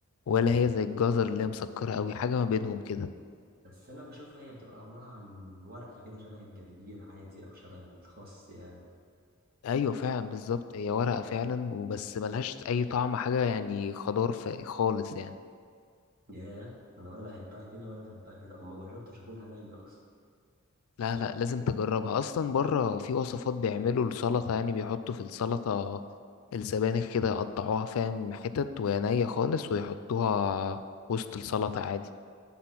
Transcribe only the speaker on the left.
ولا هي زي الجزر اللي هي مسكرة أوي حاجة ما بينهم كده
أيوة فعلا بالظبط هي ورقة فعلا وبس ملهاش أي طعم حاجة يعني خضار ف- خالص يعني
لا لا لازم تجربها اصلا بره في وصفات بيعملوا السلطه يعني بيحطوا في السلطه السبانخ كده يقطعوها فاهم حتت وهي نية خالص ويحطوها وسط السلطه عادي